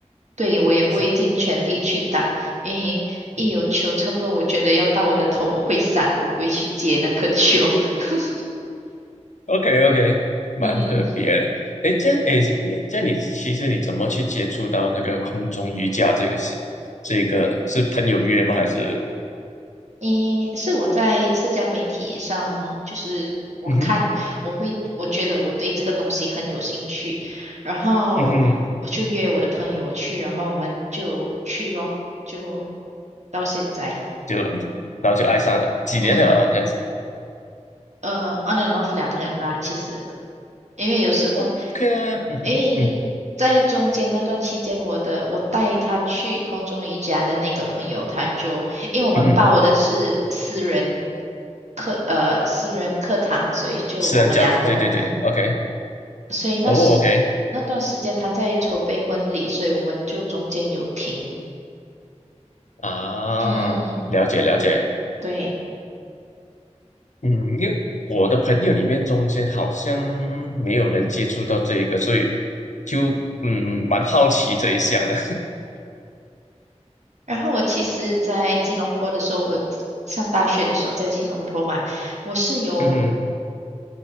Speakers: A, on the right; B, on the left.
A: 对，我也不会尽全力去打，
B: 是
A: 因为一有球，差不多我觉得要到我的头，我会闪，我不会去接那颗球。<laughs>
B: ，OK OK，蛮特别的。
A: 嗯，
B: 哎，这哎，你这你其实你怎么去接触到那个空中瑜伽这个是这个是朋友约吗？还是
A: 因是我在社交媒体上，就是我看，
B: 嗯哼
A: 我会，我觉得我对这个东西很有兴趣，然后我就约我的朋友去，
B: 嗯哼，
A: 然后我们就去咯，就到现在，
B: 就然后就爱上了，几年了啊，
A: 嗯，
B: 这样子。
A: 呃，on and off 两年啦，其实。因为有时候，
B: 哦，OK 啊，
A: 诶，
B: 嗯
A: 在中间那段期间，我的我带他去空中瑜伽的那个朋友，他就因为我们报的是私人
B: 嗯哼，
A: 课，呃，私人课堂，所以就我们两个，
B: 私人教，对对对，OK，
A: 嗯，所以那时那段时间他在筹备婚礼，
B: 哦，OK
A: 所以我们就中间有停，
B: 啊，
A: 嗯，
B: 了解了解。
A: 对。
B: 嗯，因为我的朋友里面中间好像没有人接触到这一个，所以就嗯蛮好奇这一项的。
A: 然后我其实，在吉隆坡的时候，我上大学的时候在吉隆坡嘛，我是有。
B: <laughs> 嗯，